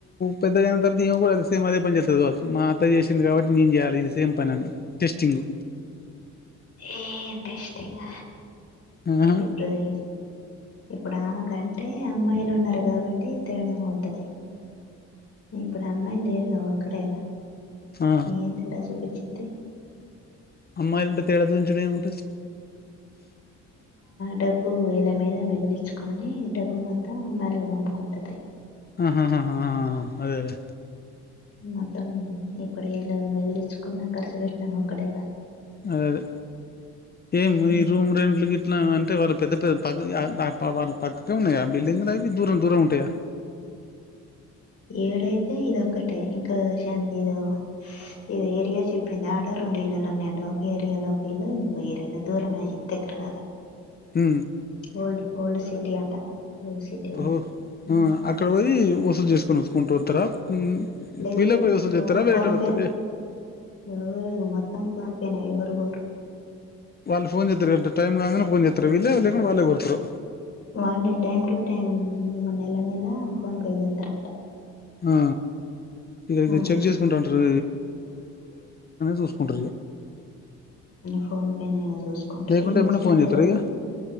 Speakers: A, on the left (about 30°); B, on the left (about 50°).
A: పెద్దగైన తర్వాత ఈమె కూడా సేమ్ అదే పని చేత్తది గావచ్చు మా అత్త జేసింది కాబట్టి నే జేయాలి ఇది సేమ్ పననీ టెస్టింగు
B: ఏ ఇంట్రెస్టింగ్
A: ఆహా
B: ఇప్పుడదీ ఇప్పుడ్ ఆమ కంటే అమ్మాయిలున్నరు గాబట్టి తేడా ఉంటది ఇప్పుడు అమ్మాయిల్లేరుగా ఒక్కడేగా
A: ఆ
B: ఏం తేడా సూపిచ్చిద్దీ
A: అమ్మాయ్లుంటే తేడా చూయించుడేమైతది
B: డబ్బూ ఈళ్ళ మీద మిగిలిచ్కోనీ డబ్బు మొత్తం అమ్మాయిలకు పంపుకుంటది
A: అహ్ అహ్ ఆఁ అదేలేే
B: మొత్తం ఇప్పుడేలు మిగిలిచ్కున్నా కర్చు పెట్నా ఒక్కడేగా
A: అదే అదే ఏం
B: హ్మ్
A: ఈ రూమ్ రెంట్లు గిట్నా అంటే వరద్ పెద్ద పెద్ద పగ్ యా ఆ వాళ్ళ పక్కకే ఉన్నయా బిల్డింగ్లు అవి దూరం దూరం ఉంటయా
B: ఏడైతే ఇదొక్కటే ఇంకో ఇషయం ఇదో ఎదో ఏరియ చెప్పింది ఆటో రొండి పిల్లలున్నయ్ అంట ఒకే ఏరియాలో ఒకిల్లూ ఇంకో ఏరియాలో దూరంమే అయి దెగ్గర గాదు
A: ఊఁ
B: ఓల్డ్ ఓల్డ్ సిటీి అంటా ఓల్డ్ సిటీలో
A: ఓహో
B: హ్మ్.
A: ఆ అక్కడ పోయి వసూలు చేసుకొని వచ్చుకుంటాస్తారా ఉ
B: లేదు
A: పల
B: లేదు
A: బయ వసలు
B: ఓ
A: ఇతార బేరటరుతార
B: ఫోన్ పే ఎవరు మొత్తం ఫపేనే ఎవరు పోరు
A: వాళ్ళ ఫోన్ చేత్తు టైం కా పోన్ చేత్తుారు వెళ్లేళ్లేకుని వాళ్లే కొడుతురు
B: వాళ్ళే టైమ్ టు టైమ్ నెల నెల ఫోన్ పేలు చేస్తారంట
A: ఆ ఇక
B: హ్మ్.
A: ఇ చెక్ చేసుకుంటాంటారు చూసుకుంట
B: ఫోన్ పేనే జస్ క
A: లేకుంటే
B: ఈ మసలా
A: ఎమ్మటే ఫోన్
B: నవరి
A: చేస్తారా ఇగ